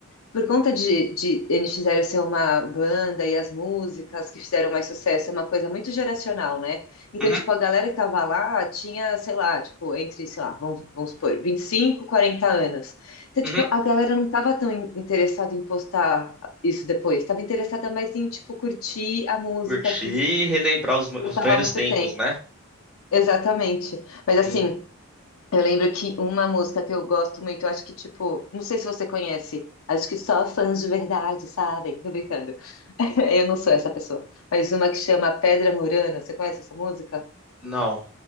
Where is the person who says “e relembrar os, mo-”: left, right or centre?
Centre